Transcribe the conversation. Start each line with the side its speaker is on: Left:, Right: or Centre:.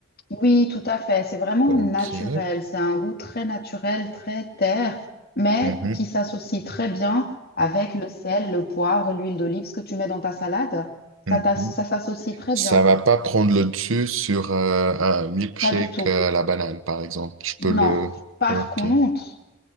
Left: Oui, tout à fait. C'est vraiment
Right: Ok.
Left: naturel. C'est un goût très naturel, très terre, mais
Right: Mhm,
Left: qui s'associe très bien avec le sel, le poivre, l'huile d'olive, ce que tu mets dans ta salade.
Right: mhm.
Left: Ça, t'as- ça s'associe très
Right: Ça
Left: bien.
Right: va pas prendre le dessus sur euh, un milkshake
Left: Pas du tout.
Right: euh, à la banane, par exemple. Je
Left: Non.
Right: peux le.
Left: Par
Right: Ok.
Left: contre,